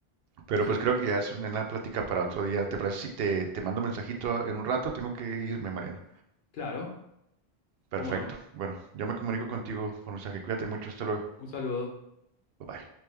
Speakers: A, on the right; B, on the left.
A: Pero
B: Sí,
A: pues creo que ya es un- una plática para otro día. ¿Te parece si te, te mando un mensajito en un rato? Tengo que irme, Mariano.
B: claro,
A: Perfecto.
B: cómo no.
A: Bueno, yo me comunico contigo por mensaje. Cuídate mucho. Hasta luego.
B: Un saludo.
A: Bye bye.